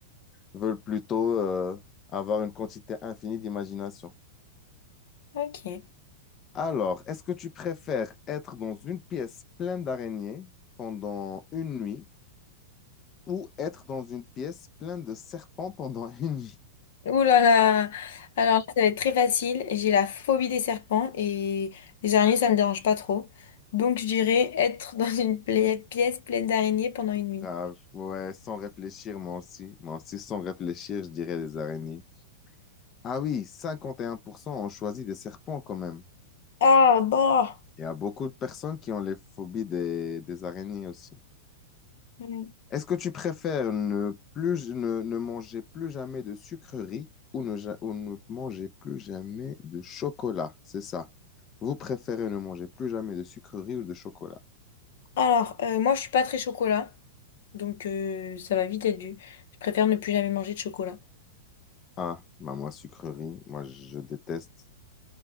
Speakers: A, on the left; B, on the left.
A: veulent plutôt euh, avoir une quantité infinie d'imagination.
B: ok.
A: Alors, est-ce que tu préfères être dans une pièce pleine d'araignées pendant une nuit ou être dans une pièce pleine de serpents pendant <laughs> une nuit?
B: Ouh là là. Alors là, ça va être très facile. J'ai la phobie des serpents et les araignées, ça me dérange pas trop. Donc je dirais être <laughs> dans une pla- pièce pleine d'araignées pendant une nuit.
A: Grave, ouais, sans réfléchir, moi aussi. Moi aussi, sans réfléchir, je dirais les araignées. Ah oui, 51% ont choisi des serpents quand même.
B: Ah, bah.
A: Il y a beaucoup de personnes qui ont les phobies des, des araignées aussi.
B: Mm.
A: Est-ce que tu préfères ne plus, ne, ne manger plus jamais de sucreries ou ne, ja- ou ne manger plus jamais de chocolat? C'est ça. Vous préférez ne manger plus jamais de sucreries ou de chocolat?
B: Alors, euh, moi je suis pas très chocolat, donc euh, ça va vite être dû. Je préfère ne plus jamais manger de chocolat.
A: Ah, bah moi, sucreries, moi, je déteste.